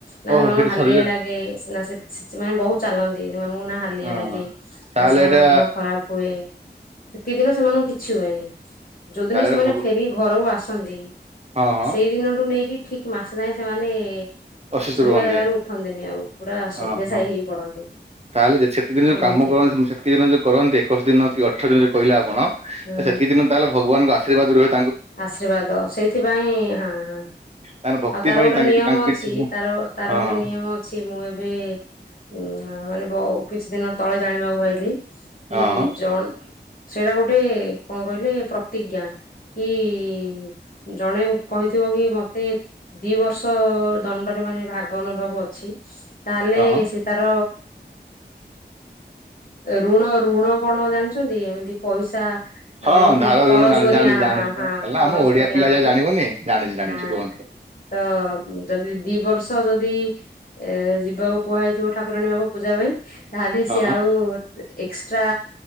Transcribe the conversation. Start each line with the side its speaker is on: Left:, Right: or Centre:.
Left: ନା
Right: ଓହୋ
Left: ସେମାନଙ୍କୁ
Right: ସେଠି
Left: ହାଲିଆ
Right: ଶରୀର
Left: ଲାଗେ ନା ସେ ସେ ସେ ମମାନେ ବହୁତ ଚାଲନ୍ତି ସେମାନଙ୍କୁ ନା ହାଲିଆ
Right: ହଁ
Left: ଲାଗେ
Right: ତାହେଲେ
Left: ନା ସେମାନଙ୍କ
Right: ଏଇଟା
Left: ଦେହ ଖରାପ ହୁଏ। ସେତିକିଦିନ ସେମାନଙ୍କୁ କିଛି ହୁଏନି ଯୋଉଦିନ
Right: ତାହେଲେ ଏଇଟା
Left: ସେମାନେ
Right: ଭ
Left: ଫେରିକି ଘରକୁ ଆସନ୍ତି।
Right: ହଁ ହଁ
Left: ସେଇ ଦିନଠୁ ନେଇକି ଠିକ୍ ମାସେ ଯାଏ ସେମାନେ
Right: ଅସୁସ୍ଥ
Left: ଶୋଇବା
Right: ରୁହନ୍ତି
Left: ଜାଗାରୁ ଉଠନ୍ତିନି ଆଉ ପୁରା ଶଯ୍ୟାଶାୟୀ
Right: ଓହୋ
Left: ହେଇ ପଡନ୍ତି।
Right: ତାହେଲେ ସେତିକ ଦିନ ଯୋଉ
Left: ଏମିତି।
Right: କାମ କରନ୍ତି ସେତିକ ଦିନ ଯୋଉ କରନ୍ତି ଏକୋଇଶ ଦିନ କି ଅଠର ଦିନ ଯୋଉ କହିଲେ ଆପଣ?
Left: ହୁଁ
Right: ସେତିକି ଦିନ ତାହେଲେ ଭଗବାନଙ୍କ ଆଶୀର୍ବାଦ ରୁହଛି।
Left: ଆଶୀର୍ବାଦ ସେଇଥିପାଇଁ ହଁ ହଁ
Right: ତାଙ୍କର ଭକ୍ତି
Left: ଆଉ ତାର
Right: ପାଇଁ
Left: ଗୋଟେ
Right: ତାଙ୍କେ
Left: ନିୟମ
Right: କି ତାଙ୍କୁ
Left: ଅଛି।
Right: କିଛି ହଁ
Left: ତାର ତାର
Right: ହଁ
Left: ଗୋଟେ ନିୟମ ଅଛି ମୁଁ ଏବେ ଉ ମାନେ? କିଛି ଦିନ ତଳେ ଜାଣିବାକୁ ପାଇଲିି କି
Right: ହଁ
Left: ଜଣ ସେଇଟା ଗୋଟେ କଣ କହିଲେ ପ୍ରତିଜ୍ଞା। କି ଜଣେ କହିଥିବ କି ମତେ ଦି ବର୍ଷ ଦଣ୍ଡରେ ମାନେ ଭାଗ ଆଗ ନେବାକୁୁ ଅଛି ତାହେଲେ
Right: ହଁ
Left: ସେ ତାର। ଋଣ ଋଣ କଣ ଜାଣିଛନ୍ତି ଏମିତି ପଇସା
Right: ହଁ
Left: ଆଉ ଯେମିତି
Right: ଧାର ଋଣ
Left: କରଜ
Right: ଜାଣି
Left: କରି
Right: ଜାଣି
Left: ଆଣା
Right: ଜାଣି
Left: ହଁ
Right: ହେଲା
Left: କରଜ
Right: ଆମ ଓଡିଆ
Left: କରି
Right: ପିଲା
Left: ଆଣନି
Right: ଯା ଜାଣିବନି ଜାଣିଛି ଜାଣିଛି
Left: ହ
Right: କୁହନ୍ତୁ।
Left: ତ ଯଦି ଦି ବର୍ଷ ସହ ଯଦି ଏ ଯିବାକୁ କୁହାହଇଥିବ ଠାକୁରାଣୀ ବାବ ପୂଜା ପାଇଁ ତାହେଲେ
Right: ହଁ
Left: ସିଏ
Right: ହଁ
Left: ଆଉ। ଏକ୍ସଟ୍ରା